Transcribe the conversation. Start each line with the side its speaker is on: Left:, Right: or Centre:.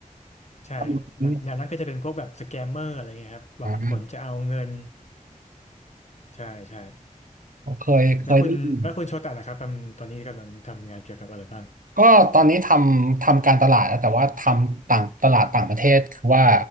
Left: ใช่แบบแนวนั้นก็จะเป็นพวกแบบสแกมเมอร์อะไรเงี้ยครับหวังผลจะเอาเงิน
Right: อืมอ่า
Left: ใช่ใช่
Right: เคยเคยได้ยิน
Left: แล้วคุณแล้วคุณโชตะล่ะครับทำตอนนี้กำลังทำงานเกี่ยวกับอะไรบ้าง
Right: ก็ตอนนี้ทำทำการตลาดแล้วแต่ว่าทำต่างตลาดต่างประเทศคือว่า